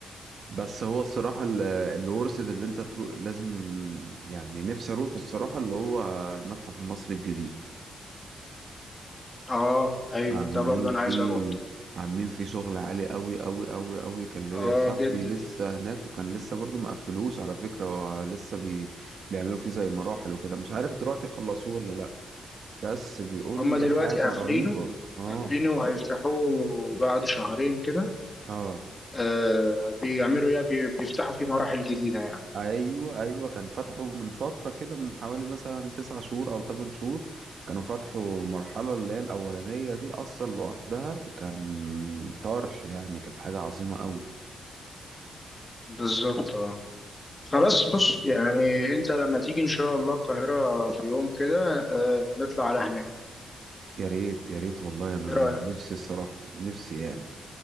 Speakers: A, on the right (about 60°); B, on the left (about 25°).
A: بس هو الصراحة ال- اللي ورثت اللي انت تروح لازم يعني نفسي اروح الصراحة اللي هو المتحف المصري الجديد
B: اه ايوه
A: عاملين
B: ده برضه انا
A: فيه
B: عايز اروح
A: عاملين فيه شغل عالي قوي قوي قوي قوي كان ليا
B: اه
A: صاحبي
B: جدا
A: لسه هناك وكان لسه برضو ما قفلوش على فكرة هو لسه بي... بيعملوا فيه زي مراحل وكده مش عارف دلوقتي خلصوه ولا لا بس بيقول
B: هما
A: لي
B: دلوقتي
A: حاجة
B: قافلينه
A: رهيبة اه
B: قافلينه وهيفتحوه بعد شهرين كده
A: اه
B: آه بيعملوا ايه بي- بيفتحوا فيه مراحل جديدة يعني
A: ايوه ايوه كان فتحوا من فترة كده من حوالي مثلا تسع شهور او تمن شهور كانوا فتحوا مرحلة اللي هي الأولانية دي أصلا لوحدها كان طرش يعني كانت حاجة عظيمة قوي
B: بالظبط اه خلاص بص يعني انت لما تيجي ان شاء الله القاهرة في يوم كده آه نطلع على هناك
A: يا ريت يا ريت والله انا
B: ايه رأيك
A: نفسي الصراحه نفسي يعني